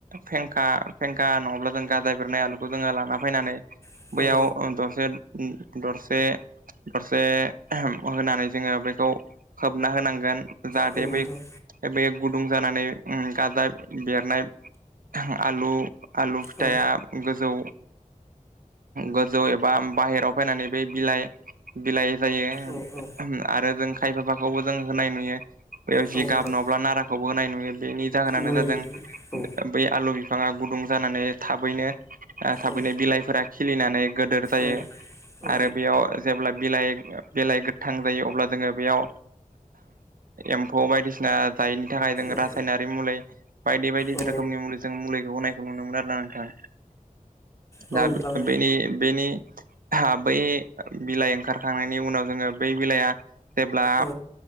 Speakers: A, on the right; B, on the left.
A: फेंखा फेंखा नङाब्ला जों गाजा बेरनाय आलुखौ जोङो लाना फायनानै
B: औ
A: बैयाव
B: औ
A: दरसे दरसे दरसे होनानै जोङो बेखौ खोबना होनांगोन। जाहाथे
B: औ नोंथां
A: बे बे गुदुं जानानै उम गाजा बेरनाय आलु आलु फिथाइआ
B: औ
A: गोजौ गोजौ एबा बाहेराव फैनानै बे बिलाइ बिलाइ जायो
B: औ औ
A: आरो जों खायफाफाखौबो जों होनाय नुयो। बेव
B: नोंथां
A: जिगाब नङाब्ला नाराखौबो होनाय नुयो बेनि जाहोनानो
B: नुयो
A: जादों
B: औ
A: बै आलु बिफाङा गुदुं जानानै थाबैनो थाबैनो
B: औ
A: बिलाइफोरा खिलिनानै गोदोर जायो
B: औ औ
A: आरो बेयाव जेब्ला बिलाइ बेलाइ गोथां जायो अब्ला जोङो बेयाव एम्फौ बायदिसिना जायनि थाखाय जों
B: औ
A: रासायनारि मुलै बायदि बायदि
B: औ
A: रोखोमनि मुलि जों मुलिखौ होनाय नुनो मोनो आरोना नोंथां।
B: नोंथां
A: दा बेनि बेनि हा बै बिलाइ ओंखारखांनायनि उनाव जोङो बै बिलाइआ जेब्ला
B: औ